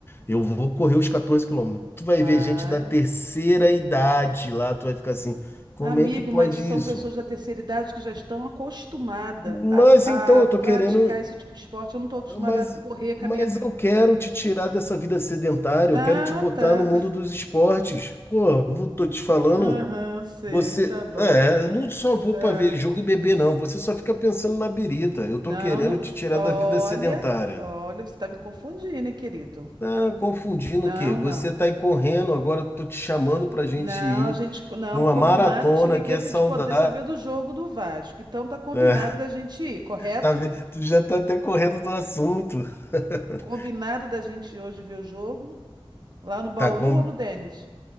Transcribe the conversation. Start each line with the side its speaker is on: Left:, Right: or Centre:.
Left: Eu vou correr os 14 quilômetros. Tu vai
Right: vai.
Left: ver gente da terceira idade lá, tu vai ficar assim: como
Right: Amigo,
Left: é que pode
Right: mas são
Left: isso?
Right: pessoas da terceira idade que já estão acostumadas
Left: Mas
Right: a,
Left: então,
Right: a
Left: eu
Right: praticar
Left: tô querendo.
Right: esse tipo de esporte. Eu não estou acostumada
Left: Mas,
Right: a correr, caminhar.
Left: mas eu quero te tirar dessa vida sedentária,
Right: Ah,
Left: eu quero te botar
Right: tá.
Left: no mundo dos esportes. Pô, eu tô te falando,
Right: Aham, sei,
Left: você.
Right: tá bom.
Left: É, eu não só vou
Right: Tá.
Left: pra ver jogo e beber, não. Você só fica pensando na birita. Eu tô
Right: Não,
Left: querendo
Right: não-
Left: te tirar
Right: olha,
Left: da vida sedentária.
Right: olha, você está me confundindo, hein, querido?
Left: Ah, confundindo
Right: Não,
Left: o quê? Você
Right: não.
Left: tá aí correndo, agora eu tô te chamando pra gente
Right: Não,
Left: ir
Right: a gente, não,
Left: pra uma
Right: combinado,
Left: maratona
Right: eu te liguei
Left: que é
Right: para
Left: saudável.
Right: a gente poder saber do jogo do Vasco. Então tá combinado
Left: É,
Right: da gente ir, correto?
Left: tá, ve- tu já tá até correndo do assunto. <laughs>
Right: Combinado da gente ir hoje ver o jogo lá no Bauru
Left: Tá, com-
Right: ou no Denis?